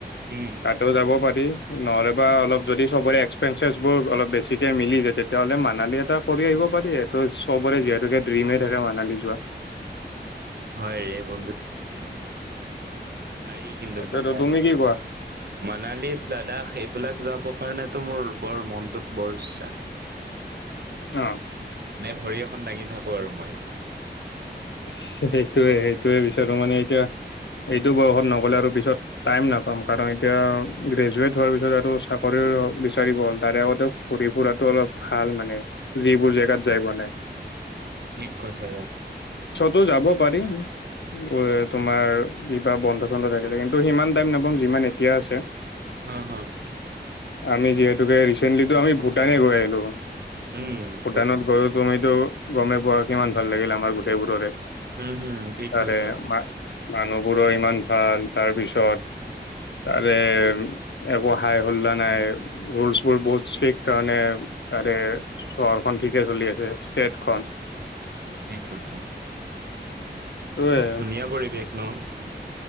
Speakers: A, on the right; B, on the left.
A: উম,
B: তাতেও যাব পাৰি। নহ'লে বা অলপ যদি চবৰে এক্সপেন্সেছবোৰ অলপ বেছিকে মিলিযাই তেতিয়া হ'লে মানালী এটা কৰি আহিব কৰিব পাৰি তো চবৰে যিহেতুকে ড্ৰিমে থাকে মানালী যোৱা।
A: হয় ৰে বন্ধু পাৰি কিন্তু
B: এইটোতো
A: মানালী,
B: তুমি কি কোৱা
A: মানালীৰ লাডাখ সেই বিলাক যাব কাৰণেতো মোৰ বৰ মনটো বৰ ইচ্ছা।
B: অ'।
A: নে ভৰি এখন দাঙি থাকোঁ আৰু মই।
B: সেইটোয়ে সেইটোয়ে বিচাৰোঁ মানে এতিয়া এইটো বয়সত নগ'লে আৰু পিছত টাইম নাপাম কাৰণ এতিয়া গ্ৰেজুৱেট হোৱাৰ পিছত আৰু চাকৰি ৰ' বিচাৰিব হ'ল। তাৰে আগতে ফুৰি ফুৰাটো অলপ ভাল মানে যিবোৰ জেগাত যাই পোৱানাই। <inaudible>
A: ঠিক কৈছে।
B: ত' যাব পাৰিম। ঐ, তোমাৰ কিবা বন্ধ চন্ধ থাকিলে কিন্তু সিমান টাইম নাপাম যিমান এতিয়া আছে।
A: হাঁ, হাঁ।
B: আমি যিহেতুকে ৰিচেণ্টলিটো আমি ভূটানে গৈ আহিলোঁ।
A: উম
B: ভূটানত
A: কৈছে
B: গৈও তুমিতো গমেই পোৱা কিমান ভাল লাগিলে আমাৰ গোটেইবোৰৰে।
A: হু, হু, ঠিক
B: তাৰে
A: কৈছে।
B: মা মানুহবোৰো ইমান ভাল। তাৰপিছত তাৰে একো হাই হুল্লা নাই ৰুল্ছবোৰ বহুত ষ্ট্ৰিক্ট কাৰণে তাৰে চহৰখন ঠিকে চলি আছে। এটখন।
A: কি কৈছে?
B: টোৱে
A: খুব ধুনীয়া পৰিৱেশ ন?